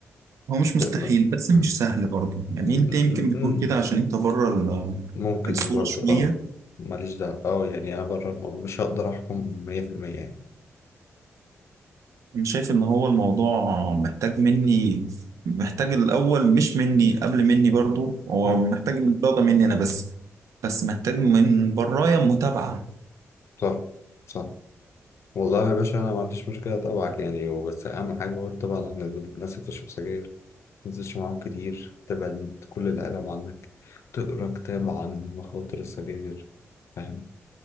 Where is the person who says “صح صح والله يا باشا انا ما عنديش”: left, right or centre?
Left